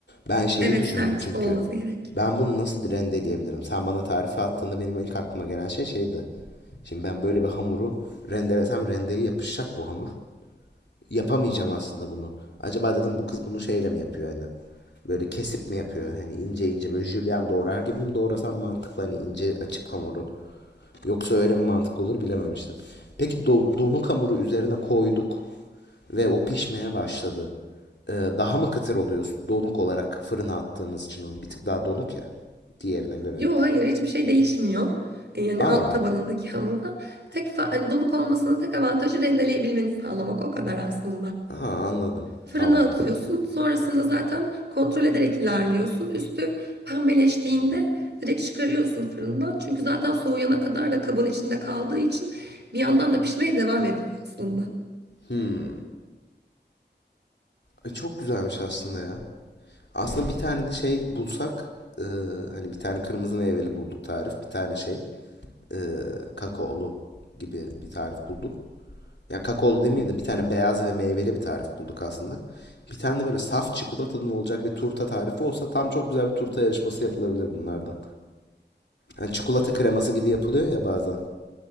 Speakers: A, on the left; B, on the right.
A: Ben şeyi
B: Evet
A: düşündüm
B: sert
A: çünkü.
B: olması gerek.
A: Ben bunu nasıl rendeleyebilirim? Sen bana tarifi attığında benim ilk aklıma gelen şey şeydi. Şimdi ben böyle bir hamuru rendelesem rendeye yapışacak bu hamur. yapamayacağım aslında bunu. Acaba dedim bu kız bunu şeyle mi yapıyor hani? Böyle kesip mi yapıyor? Hani ince ince böyle jülyen doğrar gibi mi doğrasam mantıklı hani ince açıp hamuru. Yoksa öyle mi mantıklı olur bilememiştim. Peki do- donuk hamuru üzerine koyduk ve o pişmeye başladı. Ee, daha mı kıtır oluyor donuk olarak fırına attığımız için o bir tık daha donuk ya diğerine göre.
B: Yo hayır hiçbir şey değişmiyor. E, Yani
A: Aa,
B: alt tabanındaki hamurda tek fa- hani donuk olmasının tek avantajı rendeleyebilmeni sağlamak o kadar aslında.
A: aha, anladım.
B: Fırına
A: Tamam.
B: atıyorsun. Sonrasında zaten kontrol ederek ilerliyorsun. Üstü pembeleştiğinde direkt çıkarıyorsun fırından. Çünkü zaten soğuyana kadar da kabın içinde kaldığı için bir yandan da pişmeye devam ediyor aslında.
A: Hmm. E, Çok güzelmiş aslında ya. Aslında bir tane de şey bulsak e, hani bir tane kırmızı meyveli bulduk tarif. Bir tane şey e, kakaolu gibi bir tarif bulduk. Ya yani kakaolu demeyeyim de bir tane beyaz ve meyveli bir tarif bulduk aslında. Bir tane de böyle saf çikolatadan olacak bir turta tarifi olsa tam çok güzel bir turta yarışması yapılabilir bunlardan. Yani çikolata kreması gibi yapılıyor ya bazen.